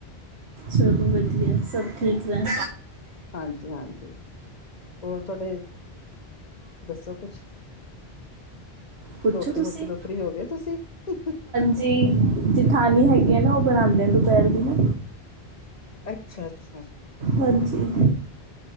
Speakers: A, on the right; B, on the left.
A: ਚੱਲੋ ਵਧੀਆ
B: ਹਾਂ
A: ਐ ਸਭ ਠੀਕ ਰਹਿਣ
B: ਹਾਂਜੀ ਈ ਹਾਂਜੀ ਈ ਹੋਰ ਤੁਹਾਡੇ ਏ ਦੱਸੋ ਕੁਛ
A: ਪੁੱਛੋ
B: ਰੋਟੀ
A: ਤੁਸੀਂ
B: ਵੋਟੀ ਤੋਂ ਫਰੀ ਹੋ ਗਏ ਤੁਸੀਂ ਈ
A: ਜੀ ਈ ਜੇਠਾਨੀ ਹੈਗੀ ਐਂ ਨਾ ਉਹ ਬਣਾਉਂਦੇ ਦੁਪਹਿਰ ਦੀ ਨਾ
B: ਅੱਛਾ ਆ ਅੱਛਾ ਆ
A: ਹਾਂਜੀ